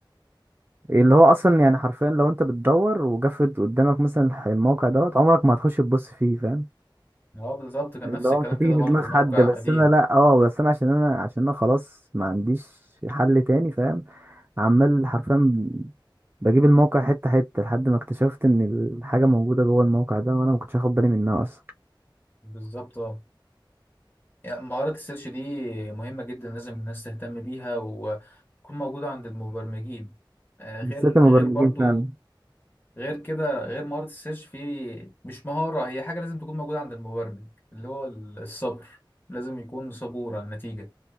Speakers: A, on the right (about 25°); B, on the left (about 25°).
A: اللي هو أصلا يعني حرفيا لو أنت بتدور وجفت قدامك مثلا الح- الموقع دوت عمرك ما هتخش تبص فيه فاهم
B: هو بالظبط كان
A: اللي
B: نفس
A: هو
B: الكلام
A: مش هتيجي
B: كده
A: في
B: برضو
A: دماغ حد
B: موقع
A: بس
B: قديم
A: أنا لأ اه بس أنا عشان أنا عشان أنا خلاص ما عنديش حل تاني فاهم عمال حرفيا بجيب الموقع حتة حتة لحد ما اكتشفت إن الحاجة موجودة جوه الموقع ده وأنا ما كنتش واخد بالي منها أصلا
B: بالظبط اه يعني مهارة السيرش دي مهمة جدا لازم الناس تهتم بيها وتكون موجودة عند المبرمجين آه،
A: بالذات
B: غير
A: المبرمجين
B: غير برضو
A: فعلا
B: غير كده غير مهارة السيرش في مش مهارة هي حاجة لازم تكون موجودة عند المبرمج اللي هو ال- الصبر لازم يكون صبور على النتيجة